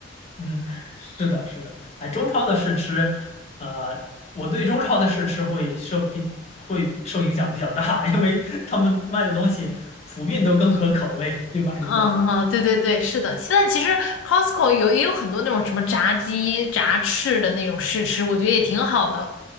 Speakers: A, on the left (about 35°); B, on the left (about 85°).
A: 嗯，是的，是的，哎，中超的试吃，呃，我对中超的试吃会受比会比受影响比较大，<laughs> 因为他们卖的东西普遍都更合口味，就买的比较多
B: 嗯嗯，对对对，是的。现在其实 Costco 有也有很多那种什么炸鸡、炸翅的那种试吃，我觉得也挺好的。